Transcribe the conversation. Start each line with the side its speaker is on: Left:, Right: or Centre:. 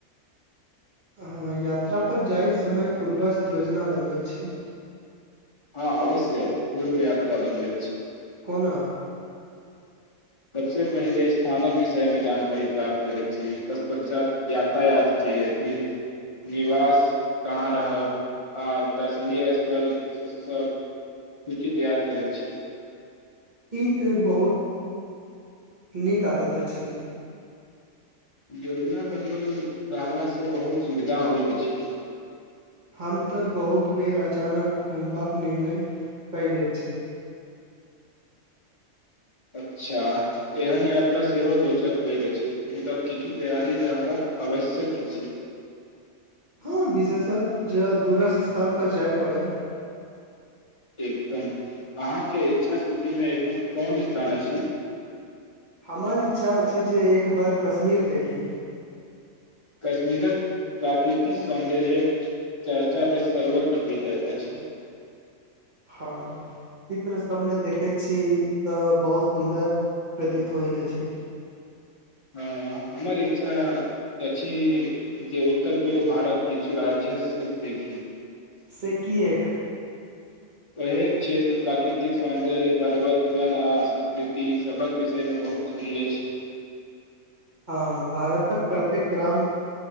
Right: अहाँ यात्रापर जाहि समय पूर्वज्त योजना बनबैत छी
Left: हँ अवश्य पूर्व यात्रा बनबैत छि
Right: कोना
Left: सबस पहिले स्थानक विषयमे जानकारी प्राप्त करैत छी ततपश्चात यातायात के फिर निवास कहाँ रहब आ दर्शनीय स्थल सब सूची तैयार करैत छी
Right: ई तऽ बहुत नीक आदत अछि
Left: योजना बनओल रहलाँ से बहुत सुविधा होइत अछि
Right: हम तऽ बहुत बेर अचानक घुमबाक निर्णय कयले छी
Left: अच्छा एहन यात्रा सेहो रोचक होइत अछि मुदा किछु तैयारी रहबाक आवश्यक अछि
Right: हँ विशेषत ज दूरस् स्थानपर जाय पड़य
Left: एकदम अहाँके इच्छा सूचीमे एखन कोन स्थान अछि
Right: हमार इच्छा अछि जे एक बार कश्मीर देखी
Left: कश्मीरक प्राकृतिक सौन्दर्य चर्चा तऽ सर्वत्र होइत अछि
Right: हँ चित्र सबमे देखैत छी तऽ बहुत सुन्दर प्रतीत होइत अछि
Left: हँ हमर इच्छा अछि जे उत्तर पूर्व भारत किछु राज्य सभ देखी
Right: से कि एक
Left: ओह क्षेत्र प्राकृतिक सौन्दर्य पर्वत वना आ संस्कृति सभक विषयमे बहुत सुनले छी
Right: हँ भारतक प्रत्येक ग्राम